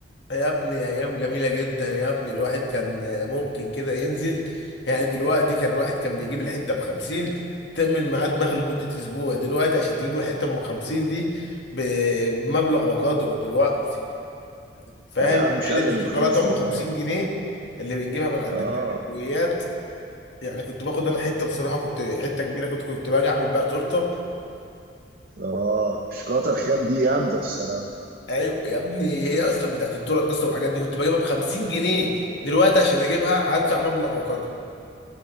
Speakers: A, on the left; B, on the right.
A: يا ابني ايام جميله جدا يا ابني الواحد كان ممكن كده ينزل يعني دلوقتي كان الواحد كان بيجيب الحته ب 50 تعمل معاه دماغ لمده اسبوع دلوقتي عشان تجيب له حته ام 50 دي ب- بمبلغ وقدره دلوقتي فاهم
B: آه يا عم مش
A: حته
B: أقل
A: الشوكولاته
B: من خمس سنين
A: ام 50 جنيه اللي بنجيبها من عند
B: اه
A: بتاع الحلويات يعني كنت باخد انا حته بصراحه كنت حته كبيره كنت كنت باجي اعمل بقى تورته
B: اه الشوكولاتة الخام دي جامدة الصراحة
A: ايوه يا ابني هي اصلا بتاعت التورت اصلا والحاجات دي كنت بجيبها ب 50 جنيه دلوقتي عشان اجيبها هدفع مبلغ وقدره